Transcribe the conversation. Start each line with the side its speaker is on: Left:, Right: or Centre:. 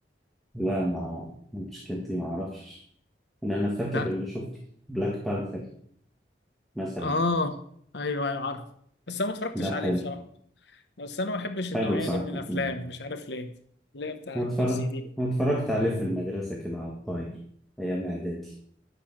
Centre: لا مع مشكلتي ما أعرفش إن أنا فاكر
Left: لا
Centre: اللي شفته بلاك بانثر مثلا
Left: اه ايوه ايوه عارف بس انا ما اتفرجتش
Centre: ده
Left: عليه
Centre: حلو
Left: بصراحه بس انا ما بحبش النوعيه
Centre: حلو بصراحة
Left: دي من الافلام
Centre: كان
Left: مش عارف ليه اللي هي بتاع
Centre: أنا
Left: الدي
Centre: اتفرجت
Left: سي دي
Centre: أنا اتفرجت عليه في المدرسة كده على الطاير أيام إعدادي